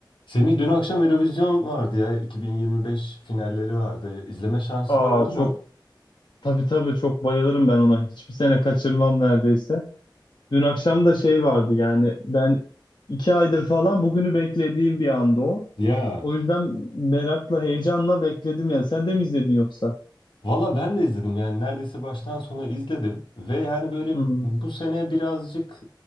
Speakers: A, on the left; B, on the left.
A: Semih dün akşam Eurovision vardı ya. 2025 finalleri vardı. İzleme şansın
B: Aa
A: oldu
B: çok
A: mu?
B: tabii tabii çok bayılırım ben ona. Hiçbir sene kaçırmam neredeyse. Dün akşam da şey vardı yani ben iki aydır falan bugünü beklediğim bir anda o.
A: Ya
B: O yüzden merakla, heyecanla bekledim yani. Sen de mi izledin yoksa?
A: valla ben de izledim yani neredeyse baştan sona izledim ve yani böyle
B: Hı,
A: bu sene birazcık